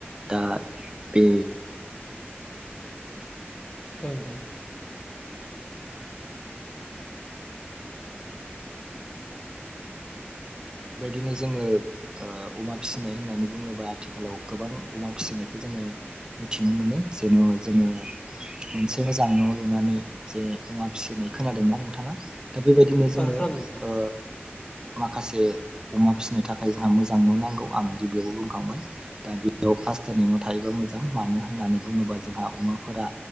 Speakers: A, on the right (about 20°); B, on the left (about 25°).
A: दा बे
B: औ नोंथां
A: बेबायदिनो जोङो ओ अमा फिसिनाय होननानै बुङोबा आथिखालाव गोबां अमा फिसिनायखौ जोङो मिथिनो मोनो जेन' जोङो मोनसे मोजां न' लुनानै जे अमा फिसिनाय खोनादोंना नोंथाङा दा बेबायदिनो जोङो
B: औ खोनादों नोंथां
A: ओ माखासे अमा फिसिनो थाखाय जोंहा मोजां न' नांगौ आं गिबियावबो बुंखांबाय दा बेयाव प्लास्टारनि न' थायोबा मोजां मानो होननानै बुङोबा जोंहा अमाफोरा